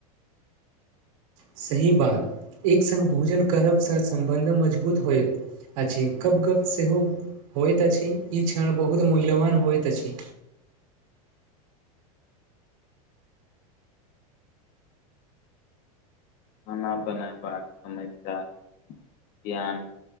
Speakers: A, on the right; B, on the left.
A: सही बात एक संग भोजन करबसँ सम्बन्ध मजबूत होइत अछि गप गप सेहो होयत अछि ई क्षण बहुत मूल्यवान होयत अछि
B: खाना बनेबाक समस्या ज्ञान